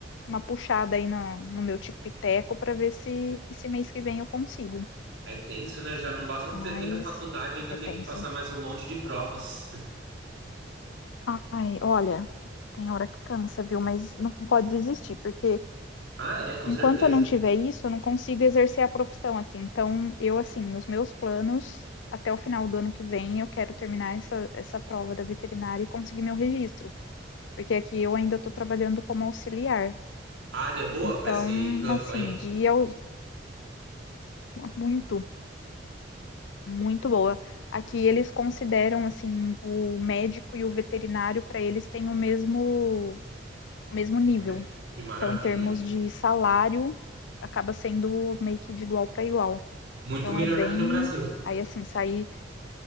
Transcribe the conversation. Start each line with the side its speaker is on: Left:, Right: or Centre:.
Left: uma puxada aí no, no meu tico e teco para ver se esse mês que vem eu consigo.
Right: É tenso, né? Já não basta você
Left: Mas
Right: ter feito a faculdade, ainda
Left: é
Right: tem
Left: tenso.
Right: que passar mais um monte de provas. <laughs>
Left: Ai, olha, tem hora que cansa, viu? Mas não pode desistir, porque
Right: Ah, é, com
Left: enquanto
Right: certeza.
Left: eu não tiver isso, eu não consigo exercer a profissão aqui. Então, eu, assim, nos meus planos, até o final do ano que vem, eu quero terminar essa, essa prova da veterinária e conseguir meu registro, porque aqui eu ainda estou trabalhando como auxiliar.
Right: A área é boa
Left: Então,
Right: para esse campo
Left: assim,
Right: aí?
Left: dia muito Muito boa. Aqui eles consideram assim o médico e o veterinário para eles têm o mesmo o mesmo nível.
Right: Olha que maravilha.
Left: Então, em termos de salário, acaba sendo meio que de igual para igual.
Right: Muito
Left: Então
Right: melhor
Left: é bem
Right: que aqui no Brasil.
Left: aí assim sair,